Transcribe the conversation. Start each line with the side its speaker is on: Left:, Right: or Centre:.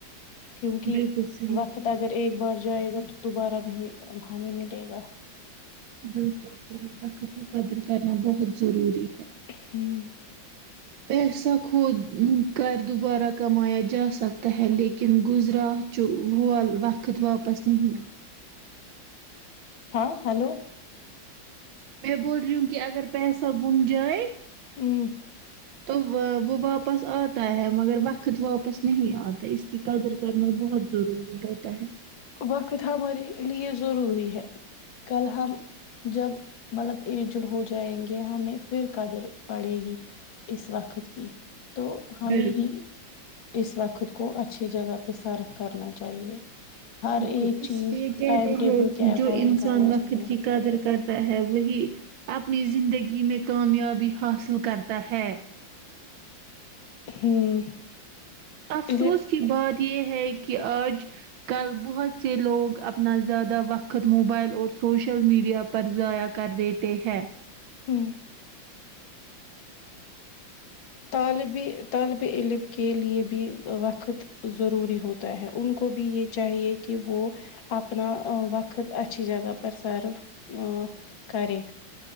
Left: کیونکہ
Right: بالکل صحیح
Left: وقت اگر ایک بار جائے گا تو دوبارہ نہیں ہمیں ملے گا
Right: بالکل صحیح وقت کی قدر کرنا بہت ضروری ہے
Left: ہوں
Right: پیسا خود کر دوبارہ کمایا جا سکتا ہے لیکن گزرا چ وول وقت واپس نہیں
Left: ہاں ہلو
Right: میں بول رہی ہوں کہ اگر پیسہ گم جائے
Left: ہوں
Right: تو وہ واپس آتا ہے مگر وقت واپس نہیں آتا اس کی قدر کرنا بہت ضروری ہوتا ہے
Left: وقت ہمارے لیے ضروری ہے کل ہم جب مطلب اجیڈ ہو جائیں گے ہمیں پھر قدر پڑے گی اس وقت کی تو ہمیں
Right: بال
Left: ہی اس وقت کو اچھی جگہ پہ صرف کرنا چاہیے ہر
Right: بالکل
Left: ایک
Right: اس
Left: چیز
Right: لیے کہتے
Left: ٹائم ٹیبل
Right: ہیں کہ
Left: کے اکارڈنگ
Right: جو انسان
Left: کرنا چاہیے
Right: وقت کی قدر کرتا ہے وہی اپنی زندگی میں کامیابی حاصل کرتا ہے
Left: ہوں
Right: افسوس
Left: ا
Right: کی بات یہ ہے کہ آج کل بہت سے لوگ اپنا زیادہ وقت موبائل اور سوشل میڈیا پر ضائع کر دیتے ہیں
Left: ہوں طالب طالب علم کے لیے بھی وقت ضروری ہوتا ہے ان کو بھی یہ چاہیے کہ وہ اپنا وقت اچھی جگہ پر سرف کریں